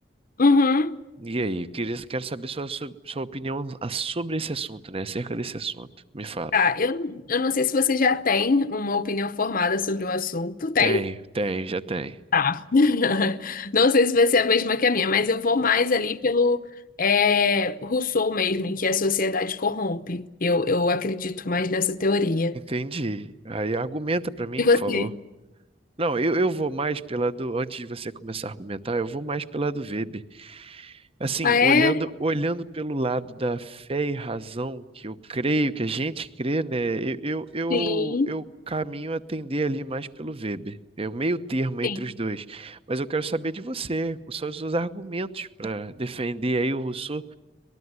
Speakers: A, on the left (about 50°); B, on the right (about 30°).
A: Uhum.
B: E aí, eu queria, quero saber sua, sua, sua opinião a- sobre esse assunto, né? Acerca desse assunto. Me fala.
A: Tá, eu, eu não sei se você já tem uma opinião formada sobre o assunto. Tem?
B: Tem, tem, já tem.
A: Tá. <laughs> Não sei se vai ser a mesma que a minha, mas eu vou mais ali pelo é, Rousseau mesmo, em que a sociedade corrompe. Eu, eu acredito mais nessa teoria.
B: Entendi. Aí argumenta pra mim,
A: E você?
B: por favor. Não, eu, eu vou mais pela do. Antes de você começar a argumentar, eu vou mais pela do Weber. Assim,
A: Ah, é?
B: olhando, olhando pelo lado da fé e razão, que eu creio, que a gente crê, né? Eu, eu, eu,
A: Sim,
B: eu caminho a tender ali mais pelo Weber. É o meio termo entre
A: sim.
B: os dois. Mas eu quero saber de você, quais são os seus argumentos para defender aí o Rousseau.